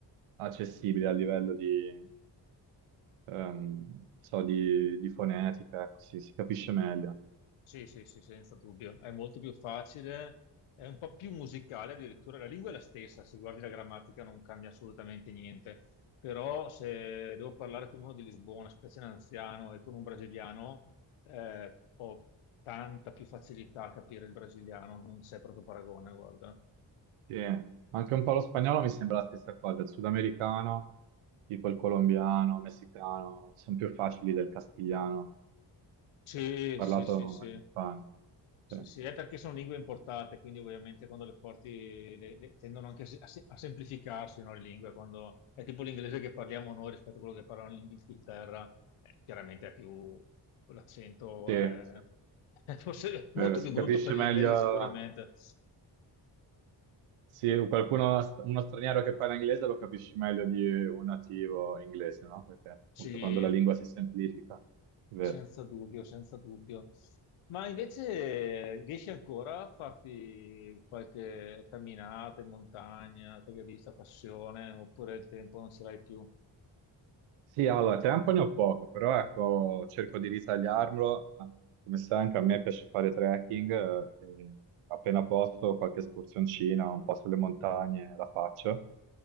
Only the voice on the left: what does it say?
sì, sì, sì, senza dubbio, è molto più facile, è un po' più musicale addirittura, la lingua è la stessa, se guardi la grammatica non cambia assolutamente niente, però se devo parlare con uno di Lisbona, specie un anziano, e con un brasiliano, eh, ho tanta più facilità a capire il brasiliano, non c'è proprio paragone, guarda.
Sì,
sì, sì, sì.
Sì, sì, è perché sono lingue importate, quindi ovviamente quando le porti le- le- tendono anche a, se- a se- a semplificarsi, no, le lingue, quando è tipo l'inglese che parliamo noi rispetto a quello che parlano in Inghilterra, eh, chiaramente è più l'accento
è, <laughs> è forse molto
più brutto
per l'inglese
sicuramente,
sì,
senza dubbio, senza dubbio. Ma invece eh, riesci ancora a farti qualche camminata in montagna, te che hai vista passione, oppure il tempo non ce l'hai più?